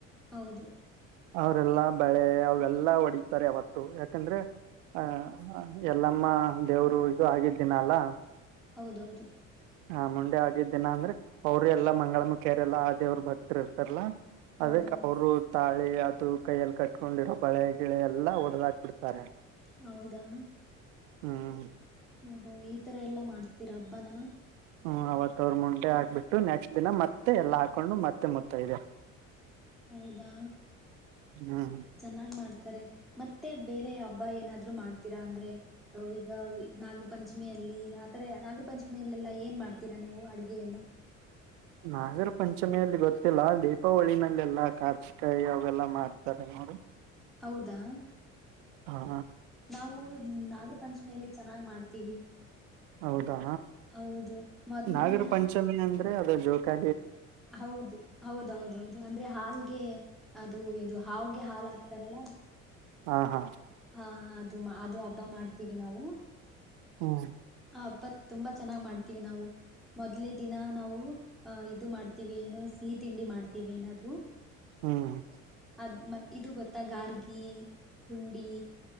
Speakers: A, in the centre; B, on the right (about 70°).
A: ಹೌದು
B: ಅವ್ರಲ್ಲಾ ಬೆಳೆ ಅವೆಲ್ಲಾ ಒಡತಾರೆ ಅವತ್ತು ಯಾಕಂದ್ರೆ ಹಾ ಹ ಎಲ್ಲಮ್ಮ ದೇವ್ರು ಇದು ಆಗಿದ್ದಿನ ಅಲ್ಲ
A: ಹೌದೌದು
B: ಹಾ ಮುಂಡೆ ಆಗಿದ್ದ ದಿನ ಅಂದ್ರೆ ಅವ್ರ ಎಲ್ಲಾ ಮಂಗಳ ಮುಖ್ಯರೆ ಎಲ್ಲ ಆ ದೇವ್ರ ಭಕ್ತ್ ಇರ್ತಾರಲ್ಲಾ. ಅದಕ್ಕೆ
A: ಹೌದೌದು
B: ಅವರು. ತಾಳಿ ಅದು ಕೈಯಲ್ಲಿ ಕಟ್ಕೊಂಡಿರೋ ಬಳೆ ಗಿಳೆ ಎಲ್ಲ ಒಡೆದಾಕ್ ಬಿಡ್ತಾರೆ
A: ಹೌದಾ
B: ಹ್ಮ.
A: ಹಓ ಹೋ ಈ ತರ ಎಲ್ಲಾ ಮಾಡ್ತೀರಾಬ್ ಬನ
B: ಹ್ಮ್ ಅವತ್ ಅವ್ರ ಮುಂಡೆ ಹಾಕ್ಬಿಟ್ಟು ನೆಕ್ಸ್ಟ್ ದಿನ ಮತ್ತೆ ಎಲ್ಲಾ ಹಾಕೊಂಡು ಮತ್ತೆ ಮುತ್ತೈದೆ
A: ಹೌದಾ
B: ಹ್ಮ್
A: ಚೆನ್ನಾಗ್ ಮಾಡ್ತಾರೆ. ಮತ್ತೆ ಬೇರೆ ಹಬ್ಬ ಏನಾದ್ರು ಮಾಡ್ತೀರಾ ಅಂದ್ರೆ ಈಗ ಇ ನಾಗರ ಪಂಚಮಿಯಲ್ಲಿ ಆತರ ನಾಗರ ಪಂಚಮಿಯಲ್ಲೆಲ್ಲಾ ಏನ್ ಮಾಡ್ತೀರಾ ನೀವು ಅಡುಗೆ ಎಲ್ಲ?
B: ನಾಗರ ಪಂಚಮಿಯಲ್ಲಿ ಗೊತ್ತಿಲ್ಲ ದೀಪಾವಳಿನಲ್ಲೆಲ್ಲಾ ಕಾರ್ತಿಕ ಯಾಗೆಲ್ಲ ಮಾಡ್ತಾರೆ ನೋಡಿ.
A: ಹೌದಾ
B: ಹಾ
A: ನಾವು ನಾಗರ ಪಂಚಮಿಯಲ್ಲಿ ಚೆನ್ನಾಗ್ ಮಾಡ್ತೀವಿ.
B: ಹೌದಾ
A: ಹೌದು ಮೊದ್ಲ್ನೇ
B: ನಾಗರ
A: ದಿನ
B: ಪಂಚಮಿ ಅನ್ ಅಂದ್ರೆ ಅದೇ ಜೋಕಾ
A: ಹೌದು ಹೌದೌದೌದು ಅಂದ್ರೆ ಹಾಲ್ಗೆ ಅದು ಇದು ಹಾವ್ಗೆ ಹಾಲ್ ಹಾಕ್ತಾರಲ್ಲ.
B: ಹಾ ಹಾ
A: ಹಾ ಹ ಅದು ಅದು ಹಬ್ಬ ಮಾಡ್ತೀವಿ ನಾವು
B: ಹ್ಮ
A: ಹಬ್ಬತ್ ತುಂಬಾ ಚೆನ್ನಾಗ್ ಮಾಡ್ತೀವಿ ನಾವು ಮೊದ್ಲೇ ದಿನ ನಾವು ಅಹ ಇದು ಮಾಡ್ತೀವಿ ಏನೋ ಸಿಹಿ ತಿಂಡಿ ಮಾಡ್ತೀವಿ ಏನಾದ್ರು
B: ಹ್ಮ್
A: ಅದ್ ಮತ್ ಇದು ಗೊತ್ತಾ ಗಾರ್ಗಿ ಹುಂಡಿ